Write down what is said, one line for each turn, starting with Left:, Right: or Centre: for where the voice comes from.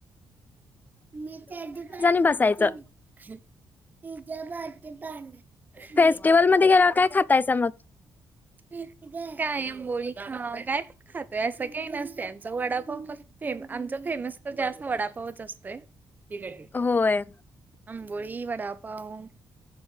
Right: <unintelligible>
Left: बसायचं
Right: मी
Left: फेस्टिवलमध्ये गेल्यावर काय खातायसा मग?
Right: कायम बोली ह काय <unintelligible> खातय असं काही नसते आमचा वडापाव फक् फेम आमचा फेमस तर जास्त वडापावच असतो. हे ठीक आहे
Left: होय
Right: आंबोळी वडापाव